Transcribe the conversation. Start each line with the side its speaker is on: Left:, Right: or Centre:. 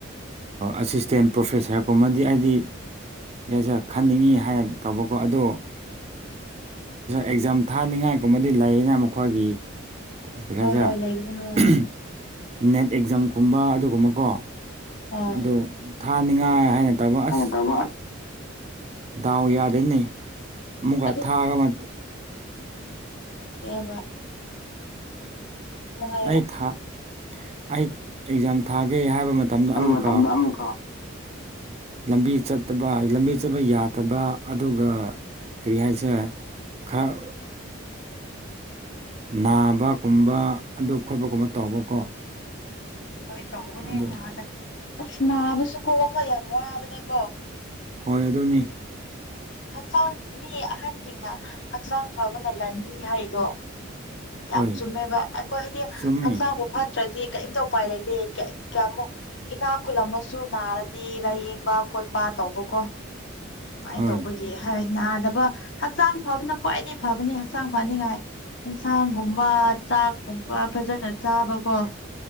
Right: ꯑꯁꯤꯁꯇꯦꯟ ꯄ꯭ꯔꯣꯐꯦꯁꯔꯀꯨꯝꯃꯗꯤ ꯍꯥꯏꯗꯤ ꯌꯥꯁ ꯈꯟꯅꯤꯡꯉꯤ ꯍꯥꯏꯅ ꯇꯧꯕꯀꯣ ꯑꯗꯣ ꯑꯦꯛꯖꯥꯝ ꯊꯥꯅꯤꯡꯉꯥꯏꯒꯨꯝꯕꯗꯤ ꯂꯩꯌꯦꯅ ꯃꯈꯣꯏꯒꯤ <unintelligible>
Left: ꯍꯣꯏ ꯍꯣꯏ ꯂꯩꯕꯅꯤ ꯍꯣꯏ
Right: ꯅꯦꯠ ꯑꯦꯛꯖꯥꯝꯒꯨꯝꯕ ꯑꯗꯨꯒꯨꯝꯕꯀꯣ
Left: ꯍꯣꯏ
Right: ꯑꯗꯨ ꯊꯥꯅꯤꯡꯉꯥꯏ ꯍꯥꯏꯅ ꯇꯧꯕ ꯑꯁ
Left: ꯇꯧꯕ
Right: ꯗꯥꯎ ꯌꯥꯗꯦꯅꯤ ꯑꯃꯨꯛꯀ
Left: ꯑꯗꯨ
Right: ꯊꯥꯒꯕ
Left: ꯀꯩꯑꯕ ꯋꯥ ꯍꯥꯏꯌꯣ
Right: ꯑꯩ ꯊꯥ ꯑꯩ ꯑꯦꯛꯖꯥꯝ ꯊꯥꯒꯦ ꯍꯥꯏꯕ ꯃꯇꯝꯗ
Left: ꯍꯥꯏꯕ
Right: ꯑꯃꯨꯛꯀ
Left: ꯃꯇꯝꯗ ꯑꯃꯨꯛꯀ
Right: ꯂꯝꯕꯤ ꯆꯠꯇꯕ ꯂꯝꯕꯤ ꯆꯠꯄ ꯌꯥꯗꯕ ꯑꯗꯨꯒ ꯀꯔꯤ ꯍꯥꯏꯁꯤꯔ ꯈꯥꯔꯥ ꯅꯥꯕꯒꯨꯝꯕ ꯑꯗꯨ ꯈꯣꯠꯄꯒꯨꯝꯕ ꯇꯧꯕꯀꯣ
Left: ꯍꯣꯏ ꯇꯧꯕꯅꯦ
Right: ꯑꯗꯨ
Left: ꯅꯥꯒ ꯑꯁ ꯅꯥꯕꯁꯨ ꯀꯣ ꯑꯃꯥ ꯌꯥꯝ ꯋꯥꯕꯅꯦꯀꯣ
Right: ꯍꯣꯏ ꯑꯗꯨꯅꯤ
Left: ꯍꯛꯆꯥꯡ ꯃꯤ ꯑꯍꯟꯁꯤꯡꯅ ꯍꯛꯆꯥꯡ ꯐꯕꯅ ꯂꯟꯅꯤ ꯍꯥꯏꯔꯤꯗꯣ
Right: ꯍꯣꯏ
Left: ꯌꯥꯝ ꯆꯨꯝꯃꯦꯕ ꯑꯩꯈꯣꯏ ꯍꯥꯏꯗꯤ
Right: ꯆꯨꯝꯃꯤ
Left: ꯍꯛꯆꯥꯡꯕꯨ ꯐꯠꯇ꯭ꯔꯗꯤ ꯀꯔꯤꯝꯇ ꯎꯄꯥꯏ ꯂꯩꯇꯦꯃꯨ ꯏꯅꯥ ꯈꯨꯜ ꯑꯃꯁꯨ ꯅꯥꯔꯗꯤ ꯂꯥꯏꯌꯦꯡꯕ ꯈꯣꯠꯄ ꯇꯧꯕꯀꯣ ꯑꯗꯨꯃꯥꯏꯅ
Right: ꯍꯣꯏ
Left: ꯇꯧꯕꯒꯤ ꯍꯥꯏ ꯅꯥꯗꯕ ꯍꯛꯆꯥꯡ ꯐꯕꯅ ꯈ꯭ꯋꯥꯏꯗꯒꯤ ꯐꯕꯅꯤ ꯍꯛꯆꯥꯡ ꯐꯅꯤꯉꯥꯏ ꯌꯦꯟꯁꯥꯡꯒꯨꯝꯕ ꯆꯥꯛꯀꯨꯝꯕ ꯐꯖꯅ ꯆꯥꯕꯀꯣ